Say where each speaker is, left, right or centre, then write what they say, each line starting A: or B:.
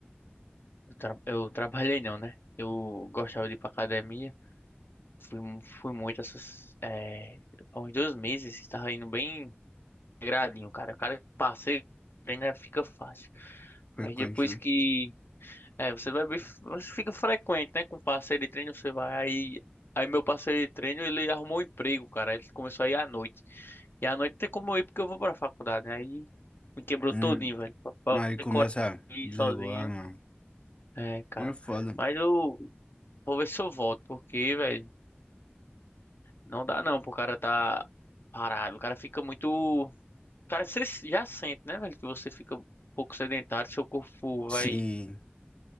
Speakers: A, on the left (about 60°); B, on the left (about 30°).
A: eu, tra- eu trabalhei não, né? Eu gostava de ir pra academia. Fui, mu- fui muito essas é, há uns dois meses, estava indo bem gradinho, cara. O cara passei, ainda fica fácil.
B: Frequente,
A: Mas depois
B: né?
A: que É, você vai bem, você fica frequente, né? Com parceiro de treino, você vai. Aí, aí meu parceiro de treino, ele arrumou um emprego, cara. Ele começou a ir à noite. E à noite não tem como eu ir porque eu vou pra faculdade, né? Aí me quebrou
B: Hum,
A: todinho, velho. Pra pra
B: aí
A: ter
B: começa
A: coragem
B: a
A: de
B: desregular,
A: ir sozinho.
B: não.
A: É, cara.
B: Não é foda.
A: Mas eu vou ver se eu volto, porque, velho, não dá não pro cara tá parado. O cara fica muito. Cara, você já sente, né, velho, que você fica um pouco sedentário, seu corpo
B: Sim.
A: vai